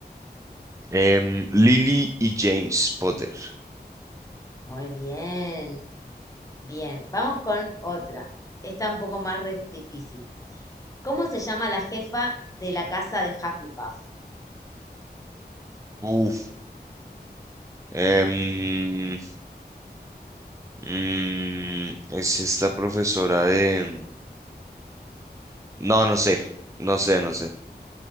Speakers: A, on the right; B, on the left.
A: Em, Lily y James Potter.
B: Muy bien, bien. Vamos con otra. Esta un poco más re- difícil. ¿Cómo se llama la jefa de la casa de Hufflepuff?
A: Uf, em, mm, es esta profesora de... No, no sé, no sé, no sé.